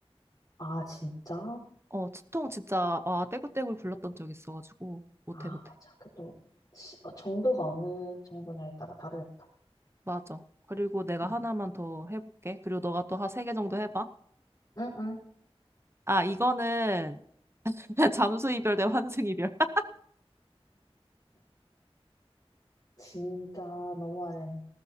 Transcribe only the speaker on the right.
어, 치통 진짜 와, 떼굴떼굴 굴렀던 적 있어가지고 못해
못해.
맞아. 그리고 내가
하나만 더 해볼게. 그리고 너가 또 한 세 개 정도 해봐.
아, 이거는 <laughs> 잠수 이별 대 환승 이별. <laughs>